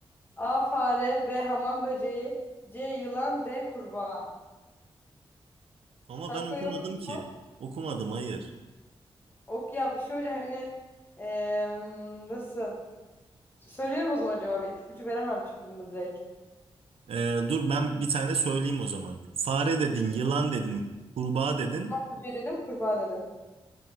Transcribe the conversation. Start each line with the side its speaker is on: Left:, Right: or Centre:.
Left: A fare, B hamam böceği, C yılan, D kurbağa.
Right: Ama
Left: Kafka'yı
Right: ben okumadım
Left: okudun
Right: ki.
Left: mu?
Right: Okumadım hayır.
Left: Ok ya şöyle hani em, nasıl? Söylüyorum o zaman cevabı. İpucu veremem çünkü bunu direkt.
Right: Ee, dur ben bir tane söyleyeyim o zaman. Fare dedin, yılan dedin, kurbağa dedin.
Left: Böceği dedim, kurbağa dedim.